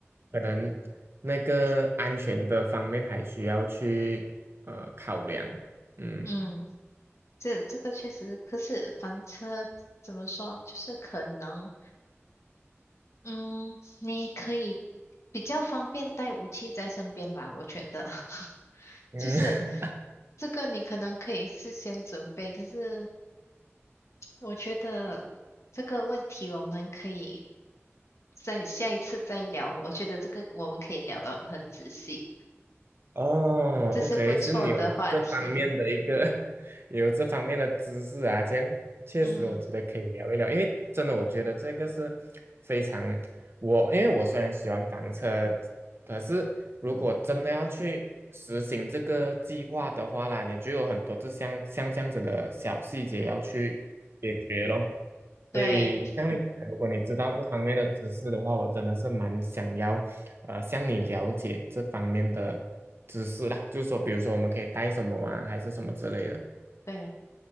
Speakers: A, on the right; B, on the left.
A: 可能那个安全的方面还需要去呃考量。嗯
B: 嗯，这这个确实，可是房车怎么说，就是可能，嗯，你可以比较方便带武器在身边吧，我觉得，<laughs>
A: 嗯，
B: 就是
A: <laughs>
B: 这个你可能可以事先准备，可是我觉得这个问题我们可以在下一次再聊，我觉得这个我们可以聊得很仔细。
A: 哦，OK，
B: 这是不错的话题。
A: 是你有这方面的一个 <laughs> 有这方面的知识啊，这样确实我觉得可以聊一聊，
B: 嗯，
A: 因为真的我觉得这个是非常我，因为我虽然喜欢房车，可是如果真的要去实行这个计划的话啦，你就有很多这像像这样子的小细节要去解决咯。
B: 对
A: 所以像你讲如果你知道这方面的知识的话，我真的是蛮想要，呃，向你了解这方面的知识啦。就是说，比如说我们可以带什么啊，还是什么之类的。
B: 对，